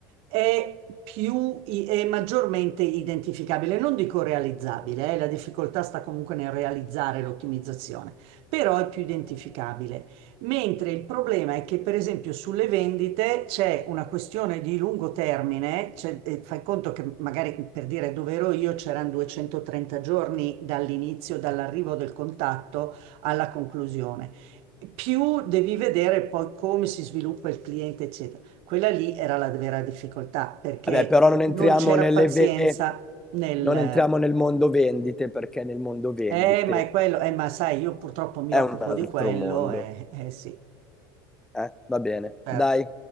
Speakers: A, on the right; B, in the centre.
A: è più, i- è maggiormente identificabile, non dico realizzabile, eh, la difficoltà sta comunque nel realizzare l'ottimizzazione, però è più identificabile. Mentre il problema è che, per esempio, sulle vendite c'è una questione di lungo termine, cioè, eh, fai conto che magari per dire dove ero io c'erano 230 giorni dall'inizio, dall'arrivo del contatto alla conclusione. Più devi vedere poi come si sviluppa il cliente, eccetera. Quella lì era la vera difficoltà perché
B: Vabbè, però non entriamo
A: non c'era
B: nelle
A: pazienza
B: ve-
A: nel
B: non entriamo nel mondo vendite perché nel mondo vendite
A: eh, ma è quello, eh, ma sai, io purtroppo mi
B: è
A: occupo
B: un altro
A: di quello,
B: mondo.
A: eh, eh sì,
B: Eh, va bene,
A: certo.
B: dai.